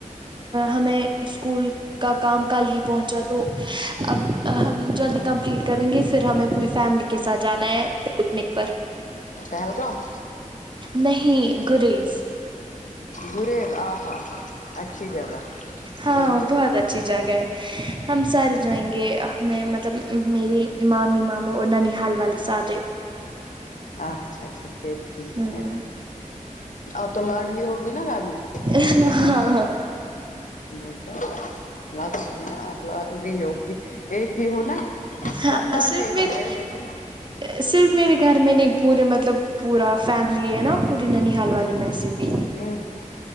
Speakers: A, on the right; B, on the left.
A: ہمیں اسکول کا کام کل ہی پہنچا تو اب ہم جلدی کمپلیٹ کریں گے پھر ہمیں پوری فیملی کے ساتھ جانا ہے پکنک پر
B: پہلگام
A: نہیں گریز
B: گریب آ ہا اچھی جگہ
A: ہاں
B: گھومنے
A: بہت
B: کے لیے
A: اچھی
B: آپ کو
A: جگہ ہے ہم سارے جائیں گے ہم میں مطلب میرے مامی ماموں اور ننی حال والے سارے
B: اچھا اچھا پھر ٹھیک
A: ہاں
B: ہے اب تو لاڈلی ہوگی نا گھر میں
A: ہاں ہاں
B: نہیں تو لگتا ہے نا آ ل لی ہوگی <unintelligible> ایک ہی ہو نا
A: ہاں
B: سب لاڈلے
A: صرف
B: ہوتے
A: میرے
B: لیکن
A: صرف میرے گھر میں نہیں پورے مطلب پورا فیملی ہے نا پورے ننی حال والے میں سے بھی
B: ہوں